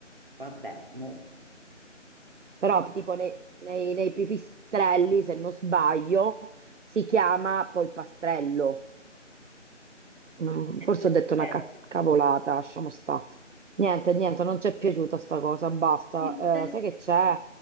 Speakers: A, on the right; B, on the right.
A: vabbè, mo.
B: Però tipo nei, nei- nei pipistrelli, se non sbaglio, si chiama polpastrello. Mm,
A: <laughs>
B: Forse
A: Pistello.
B: ho detto una ca- cavolata, lasciamo sta. Niente, niente, non ci è piaciuta sta cosa, basta.
A: Pistello.
B: Eh, sai che c'è?